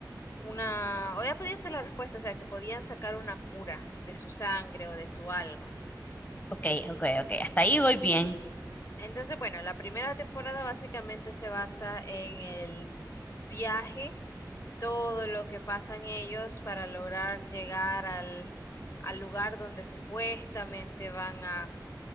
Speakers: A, on the left; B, on the left.
A: una, o ella podía ser la respuesta, o sea, que podían sacar una cura de su sangre o de su algo.
B: Ok, ok, ok, hasta ahí voy bien.
A: Entonces, bueno, la primera temporada básicamente se basa en el viaje, todo lo que pasan ellos para lograr llegar al, al lugar donde supuestamente van a,